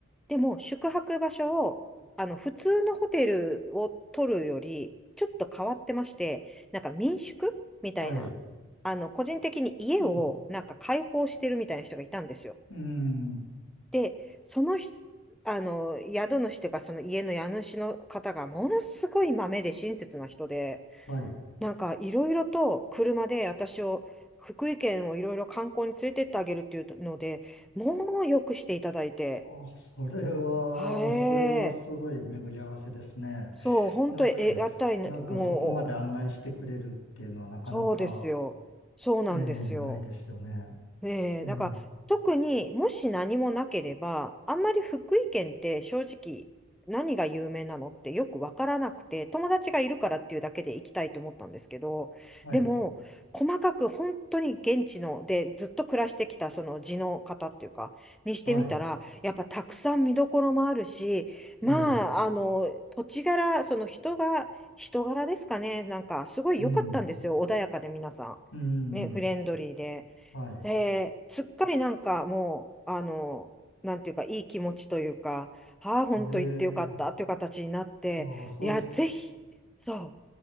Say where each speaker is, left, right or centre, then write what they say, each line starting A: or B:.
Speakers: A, in the centre; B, on the left (about 80°).
A: でも、宿泊場所を、あの、普通のホテルを取るより、ちょっと変わってまして、なんか民宿みたいな、
B: はい。
A: あの、個人的に家をなんか開放してるみたいな人がいたんですよ。
B: うん。うん。
A: で、その人、あの、宿主というか、その家の家主の方がものすごい豆で親切な人で、
B: はい。
A: なんかいろいろと車で私を、福井県をいろいろ観光に連れてってあげるっていうので、もうよくしていただいて、
B: あ、それは、
A: はえ
B: それはすごい巡り合わせですね。
A: そう、本当にえ、
B: なんか、<laughs>
A: 屋台の、
B: なんかそこまで案内してくれるっていうのはなかなか、
A: もう、そうですよ。そうなんですよ。
B: ねえ、ないですよね。
A: ええ、
B: ええ、
A: だから特にもし何もなければ、あんまり福井県って正直何が有名なのってよくわからなくて、友達がいるからっていうだけで行きたいと思ったんですけど、
B: はい、
A: でも細かく本当に現地のでずっと暮らしてきたその地の方っていうか、にしてみたら、
B: はい、
A: やっぱたくさん見どころもあるし、まあ、
B: ええ、
A: あの、土地柄、その人が、人柄ですかね、なんかすごい良かったんですよ、
B: うん、
A: 穏やかで皆さん。
B: うん、
A: ね、フレンドリーで。
B: はい。
A: で、すっかりなんかもう、あの、なんていうか、いい気持ちというか、ああ、本当行ってよかったという形になって、
B: ええ、ああ、そう、
A: いや、ぜひ、そう、